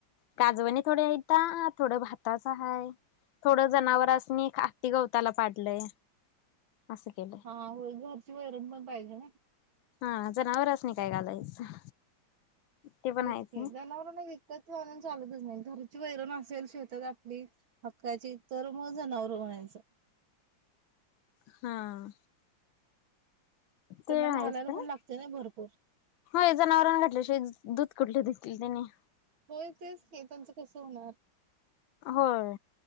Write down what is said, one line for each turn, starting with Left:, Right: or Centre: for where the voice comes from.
Left: काजवणी थोड्या आहेता, थोडं भाताचं आहे. थोडं जनावरासनी हत्ती गवताला पाडलंय, असं केलंय.
Right: हां होय घरची वैरण पण पाहिजे, नाही?
Left: हां, जनावरासनी काय घालायचं? ते पण
Right: होयच
Left: आहेच
Right: की,
Left: ना
Right: जनावरांना विकतचं आणून चालतच नाही, घरची वैरण असेल शेतात आपली हक्काची तर मग जनावरं म्हणायचं.
Left: हां.
Right: त्यांना
Left: ते आहेच
Right: घालायला
Left: काय?
Right: पण लागते ना भरपूर
Left: हो, जनावरांना घातल्याशिवाय दूध कुठलं देतील त्यानी?
Right: होय तेच की, त्यांचं कसं होणार?
Left: होय